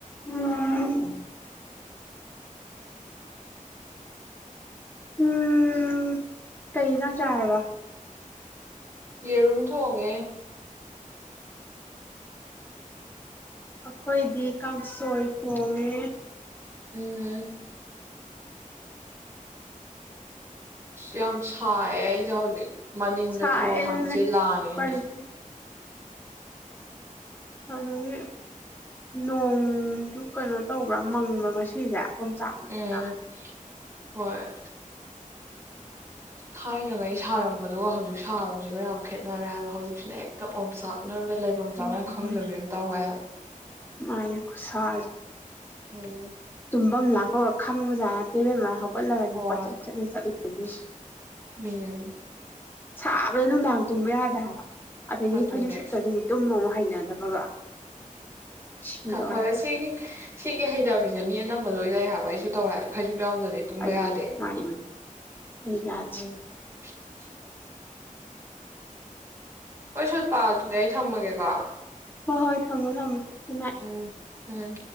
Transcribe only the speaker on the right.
ꯌꯦꯔꯨꯝ ꯊꯣꯡꯉꯦ
ꯎꯝ ꯎꯝ ꯌꯥꯝ ꯁꯥꯏ ꯑꯩꯖꯦ ꯍꯧꯖꯤꯛ ꯃꯅꯤꯡꯗ
ꯊꯣ ꯍꯥꯡꯆꯤꯠ ꯂꯥꯡꯉꯦꯅ
ꯎꯝ
ꯍꯣꯏ ꯊꯥꯏꯅꯉꯩ ꯁꯥꯔꯝꯕꯗꯨꯒ ꯍꯧꯖꯤꯛ ꯁꯥꯕꯖꯤꯒ ꯌꯥꯝ ꯈꯦꯠꯅꯔꯦ ꯍꯥꯏꯕ ꯍꯧꯖꯤꯛꯁꯤꯅ ꯍꯦꯛꯇ ꯑꯣꯟꯆꯥꯛꯅꯔꯒ ꯂꯩꯕꯝ
ꯆꯥꯕꯝ ꯈꯪꯗꯕꯤ
ꯑꯝ ꯇꯧꯌꯦ ꯍꯕ
ꯎꯝ
ꯍꯣꯏ
ꯎꯝ꯫
ꯑꯗꯨꯅꯦ
ꯍꯣꯏ ꯁꯤꯒꯤ ꯁꯤꯒꯤ ꯍꯩꯅꯕꯤꯁꯦ꯫ ꯃꯤ ꯑꯅꯝꯕ ꯂꯣꯏ ꯂꯩ ꯍꯥꯏꯕ ꯑꯩꯁꯨ ꯇꯧ ꯍꯥꯏꯕ ꯐꯩꯖꯨꯞ ꯌꯥꯥꯎꯗꯗꯤ ꯇꯨꯝꯕ
ꯌꯥꯗꯦ
<unintelligible> ꯍꯣꯏ ꯁꯤꯜꯄꯥ ꯑꯗꯨꯗꯤ ꯑꯩ ꯊꯝꯃꯒꯦꯀꯣ꯫
ꯎꯝ ꯎꯝ